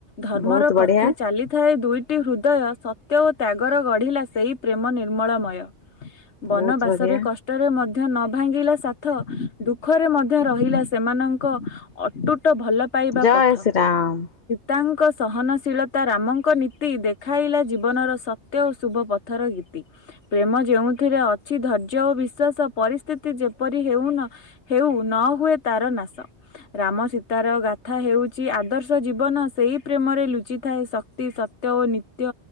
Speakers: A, on the left; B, on the left.
A: ଧର୍ମର
B: ବହୁତ ବଢିଆ
A: ପଥେ ଚାଲିଥାଏ ଦୁଇ ଦୁଇଟି ହୃଦୟ ସତ୍ୟ ଓ ତ୍ୟାଗର ଗଢ଼ିଲା ସେଇ ପ୍ରେମ ନିର୍ମଳମୟ ବନବାସରେ
B: ବହୁତ ବଢିଆ
A: କ -- ଷ୍ଟ ରେ ମଧ୍ୟ ନ ଭାଙ୍ଗିଲା ସାଥ ଦୁଃଖରେ ମଧ୍ୟ ରହିଲା ସେମାନଙ୍କ ଅଟୁଟ ଭଲ ପାଇବା
B: ଜୟ
A: ପଥ।
B: ଶ୍ରୀ ରାମ।
A: ତାଙ୍କ ସହନଶୀଳତା ରାମଙ୍କ ନୀତି ଦେଖାଇଲା ଜୀବନର ସତ୍ୟ ଓ ଶୁଭ ପଥର ଗୀତି। ପ୍ରେମ ଯେଉଁଥିରେ ଅଛି ଧୈର୍ଯ୍ୟ ଓ ବିଶ୍ୱାସ ପରିସ୍ଥିତି ଯେପରି ହେଉନ -- ହେଉ ନ ହୁଏ ତାର ନାଶ। ରାମ ସୀତାର ଗାଥା ହେଉଚି ଆଦର୍ଶ ଜୀବନ ସେଇ ପ୍ରେମରେ ଲୁଚିଥାଏ। ଶ -- କ୍ତି ସତ୍ୟ ଓ ନିତ୍ୟ